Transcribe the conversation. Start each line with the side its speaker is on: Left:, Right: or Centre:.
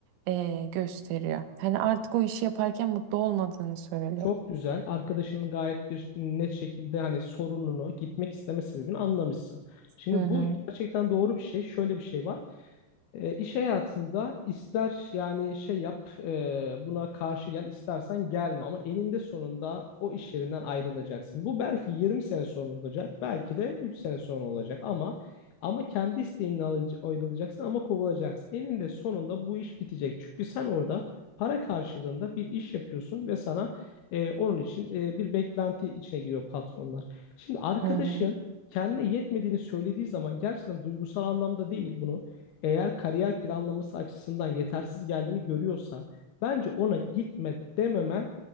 Right: eee, gösteriyor. Hani artık o işi yaparken mutlu olmadığını söylüyor.
Left: Çok güzel. Arkadaşının gayet bir net şekilde hani sorununu, gitmek isteme sebebini anlamışsın. Şimdi
Right: Hı hı
Left: bu gerçekten doğru bir şey. Şöyle bir şey var. E, iş hayatında ister yani şey yap, e, buna karşı gel, istersen gelme ama eninde sonunda o iş yerinden ayrılacaksın. Bu belki 20 sene sonra olacak, belki de 3 sene sonra olacak ama ama kendi isteğinle ayrı- ayrılacaksın ama kovulacaksın. Eninde sonunda bu iş bitecek. Çünkü sen orada para karşılığında bir iş yapıyorsun ve sana e, onun için e, bir beklenti içine giriyor patronlar. Şimdi arkadaşın
Right: hı hı
Left: kendine yetmediğini söylediği zaman gerçekten duygusal anlamda değil bunu. Eğer kariyer planlaması açısından yetersiz geldiğini görüyorsa bence ona gitme dememen